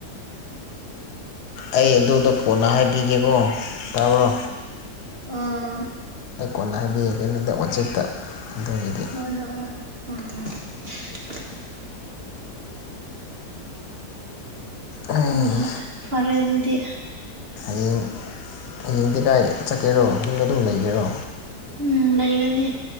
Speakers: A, on the left; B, on the right.
A: ꯑꯩ ꯑꯗꯨꯗꯣ ꯀꯣꯟꯅ ꯍꯥꯏꯕꯤꯒꯦꯀꯣ ꯇꯥꯕ꯭ꯔꯣ
B: ꯑꯥ
A: ꯑꯩ ꯀꯣꯟꯅ ꯍꯥꯏꯗꯤ ꯀꯩꯅꯣꯗ ꯋꯥꯆꯦꯞꯇ ꯑꯗꯨꯒꯤꯗꯤ
B: ꯍꯣꯏ ꯍꯣꯏ ꯍꯣꯏ ꯎꯝ‌ꯎꯝ <unintelligible>
A: ꯑꯩ
B: ꯍꯣꯏ ꯍꯣꯏ ꯐꯔꯦ ꯑꯗꯨꯗꯤ
A: ꯍꯌꯦꯡ ꯍꯌꯦꯡꯗꯤ ꯀꯥꯏ ꯆꯠꯀꯦꯔꯣ ꯌꯨꯝꯗ ꯑꯗꯨꯝ ꯂꯩꯒꯦꯔꯣ
B: ꯎꯝ ꯂꯩꯒꯅꯤ